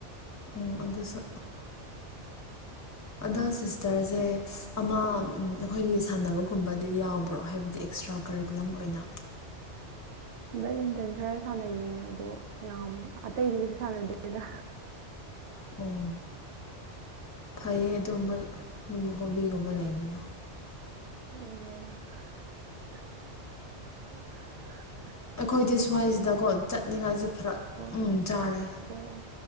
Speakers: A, on the left; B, on the right.
A: ꯑꯣ ꯑꯗꯨꯁꯨ ꯑꯗꯣ ꯁꯤ ꯇꯔꯁꯦ ꯑꯃ ꯑꯩꯈꯣꯏꯒꯤ ꯁꯥꯟꯅꯕꯒꯨꯝꯕꯗꯗꯤ ꯌꯥꯎꯕ꯭ꯔꯣ ꯍꯥꯏꯕꯗꯤ ꯑꯦꯛꯁꯇ꯭ꯔꯥ ꯀꯔꯤꯀꯨꯂꯝ ꯑꯣꯏ ꯩꯅ
B: ꯕꯦꯠꯃꯤꯟꯇꯟ ꯈꯔ ꯁꯥꯟꯅꯩꯌꯦ ꯑꯗꯣ ꯌꯥꯝ ꯑꯇꯩꯗꯤ ꯀꯩꯁꯨ ꯁꯥꯟꯅꯗꯦꯗ
A: ꯑꯣ ꯐꯩꯌꯦ ꯑꯗꯨꯒꯝꯕ ꯍꯣꯕꯤꯒꯨꯝꯕ ꯂꯩꯕꯗꯣ
B: ꯎ
A: ꯑꯩꯈꯣꯏꯗꯤ ꯁ꯭ꯋꯥꯏꯁꯤꯗꯀꯣ ꯆꯠꯅꯤꯡꯉꯥꯏꯁꯨ ꯐꯔꯛ
B: ꯑꯣ
A: ꯎ ꯆꯥꯔꯦ
B: ꯑꯣ